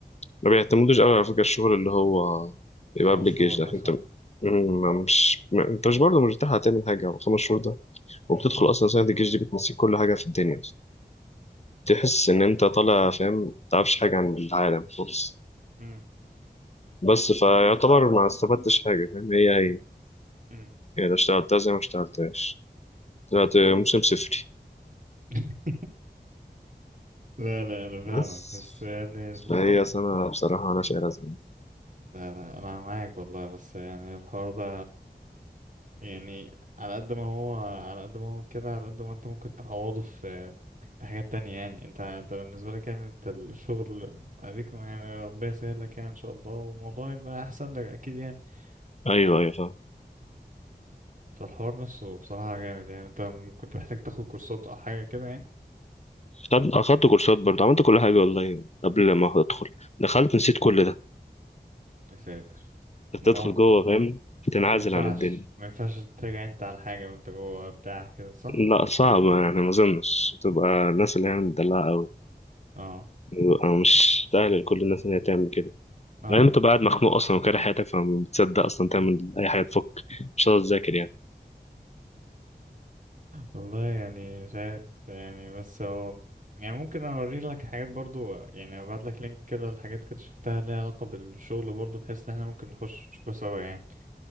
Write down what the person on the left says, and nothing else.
ما بيعتمدوش قوي على فكرة الشغل اللي هو يبقى
قبل
الجيش ده
عشان انت م- مش م- انت مش برضه مش بتلحق تعمل حاجة على خمس شهور ده وبتدخل
أصلا سنة الجيش دي بتنسيك كل حاجة في الدنيا أصلا. تحس إن أنت طالع فاهم متعرفش حاجة عن العالم خالص
بس فيعتبر ما استفدتش حاجة فاهم هي هي
هي لا اشتغلتها زي ما اشتغلتهاش طلعت موسم صفري
بس
فهي سنة بصراحة أنا شايلها زمان
أيوه أيوه فاهم
خد- أخدت كورسات برضه عملت كل حاجة والله قبل ما أدخل دخلت نسيت كل ده
بتدخل
جوه فاهم بتنعزل
عن الدنيا
لا صعبة يعني ما أظنش تبقى الناس اللي هي مدلعة أوي
بيبقى مش سهل لكل الناس إن هي تعمل كده
بعدين بتبقى قاعد مخنوق أصلا وكاره حياتك فما بتصدق أصلا تعمل أي حاجة تفك مش هتقدر تذاكر يعني